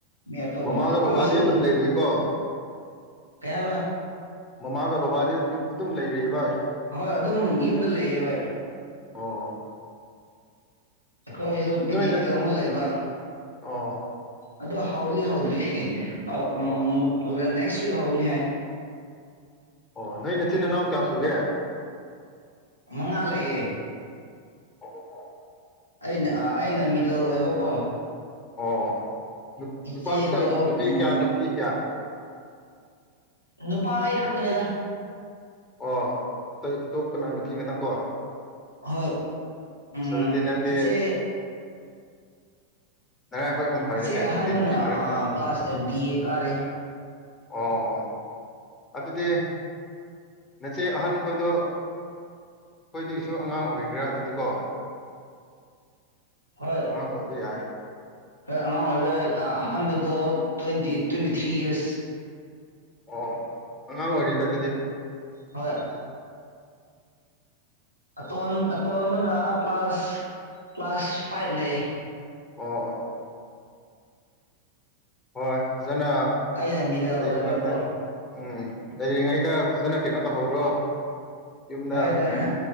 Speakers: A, on the left; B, on the left.
A: ꯃꯤ ꯑꯇꯣꯞꯄ
B: ꯃꯃꯥꯒ
A: ꯑꯩꯈꯣꯏꯒꯤꯁꯨ
B: ꯕꯕꯥꯗꯤ ꯑꯗꯨꯝ ꯂꯩꯔꯤꯀꯣ
A: ꯀꯩ ꯍꯥꯏꯕ
B: ꯃꯃꯥꯒ ꯕꯕꯥꯗꯤ ꯌꯨꯝ ꯑꯗꯨꯝ ꯂꯩꯔꯤꯕ
A: ꯍꯣꯏ ꯑꯗꯨꯝ ꯌꯨꯝꯗ ꯂꯩꯌꯦ ꯍꯣꯏ
B: ꯑꯣ
A: ꯑꯩꯈꯣꯏꯁꯨ ꯄꯤ
B: ꯅꯣꯏꯅ
A: ꯗꯤ ꯐꯤꯜ ꯑꯃ ꯂꯩꯕ
B: ꯑꯣ
A: ꯑꯗꯣ ꯍꯥꯎꯗꯤ ꯍꯥꯎꯗ꯭ꯔꯤ ꯎꯝ
B: ꯑꯣ
A: ꯅꯦꯛꯁ ꯍꯧꯅꯤ ꯍꯥꯏ
B: ꯑꯣ ꯅꯣꯏ ꯅꯆꯤꯟ ꯏꯅꯥꯎ ꯀꯌꯥ ꯁꯨꯒꯦ
A: ꯃꯉꯥ ꯂꯩꯌꯦ
B: ꯑꯣ
A: ꯑꯩꯅ ꯑꯩꯅ ꯃꯤꯗꯜ ꯑꯣꯏꯕꯀꯣ
B: ꯑꯣ
A: ꯏꯆꯦꯗꯣ
B: ꯅꯨꯄꯥ ꯈꯇꯪ ꯅꯨꯄꯤ
A: ꯎꯝ
B: ꯀꯌꯥ ꯅꯨꯄꯤ ꯀꯌꯥ
A: ꯅꯨꯄꯥ ꯑꯩ ꯈꯥꯛꯇꯅꯦꯗ
B: ꯑꯣ ꯑꯇꯣꯞꯄꯅ ꯅꯨꯄꯤ ꯉꯥꯛꯇꯪꯀꯣ
A: ꯍꯣꯏ ꯎꯝ
B: ꯑꯗꯨꯗꯤ ꯅꯪꯗꯤ
A: ꯏꯆꯦ
B: ꯅꯔꯥꯏꯕꯛ ꯌꯥꯝ ꯐꯔꯦꯅꯦ
A: ꯏꯆꯦ ꯑꯍꯥꯟꯕꯅ
B: ꯅꯪꯗꯤ ꯅꯨꯄꯤ ꯃꯔꯛꯇ
A: ꯀ꯭ꯂꯥꯁ ꯕꯤ ꯑꯦ ꯀꯥꯔꯦ
B: ꯑꯣ ꯑꯗꯨꯗꯤ ꯅꯆꯦ ꯑꯍꯟ ꯈꯣꯏꯗꯣ ꯑꯩꯈꯣꯏꯗꯒꯤꯁꯨ ꯑꯉꯥꯡ ꯑꯣꯏꯒꯦꯔꯥ ꯑꯗꯨꯗꯤꯀꯣ
A: ꯍꯣꯏ
B: ꯑꯉꯥꯡ ꯑꯣꯏꯕ ꯌꯥꯏ
A: ꯍꯣꯏ ꯑꯉꯥꯡ ꯑꯣꯏꯕ ꯑꯍꯥꯟꯕꯗꯣ ꯇ꯭ꯋꯦꯟꯇꯤ ꯇ꯭ꯋꯦꯟꯇꯤ ꯊ꯭ꯔꯤ ꯌꯔꯁ
B: ꯑꯣ ꯑꯉꯥꯡ ꯑꯣꯏꯔꯤꯗ ꯑꯗꯨꯗꯤ
A: ꯍꯣꯏ ꯑꯇꯣꯟ ꯑꯇꯣꯟꯕꯅ ꯀ꯭ꯂꯥꯁ ꯀ꯭ꯂꯥꯁ ꯐꯥꯏꯚ ꯂꯩ
B: ꯑꯣ ꯑꯣ ꯍꯣꯏ ꯐꯖꯅ
A: ꯑꯩꯅ ꯃꯤꯗꯜ
B: ꯂꯩꯔꯤꯉꯩꯗ
A: ꯑꯣꯏꯕꯀꯣ
B: ꯎꯝ ꯂꯩꯔꯤꯉꯩꯗ ꯐꯖꯅ ꯀꯩꯅꯣ ꯇꯧꯍꯧꯔꯣ ꯌꯨꯝꯗ
A: ꯍꯣꯏꯗ